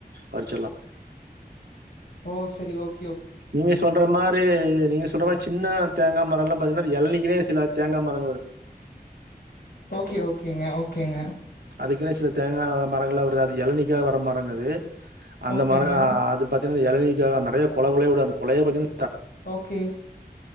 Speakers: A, on the right; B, on the left.
A: பருச்சுருலா
B: ஓ செரி ஓக்
A: நீங்க சொல்ற மாரி நீங்க சொல்ற மாரி சின்ன தேங்கா மரோ எல்லா பாத்தீங்கன்னா எல்னிக்குனே சில தேங்கா மரோம் வருது
B: ஓகே ஓகேங்க ஓகேங்க
A: அதுக்குனே சில தேங்கா மரங்கலா விடுது அது எளனிக்கா வர மரங்க அது அந்த
B: ஓகேங்க
A: மரோ அது பத் <unintelligible> ஏளனிக்காக நெறையா கொல கொலயா விடோ அந்த கொலயே பாத்தீங்
B: ஓகே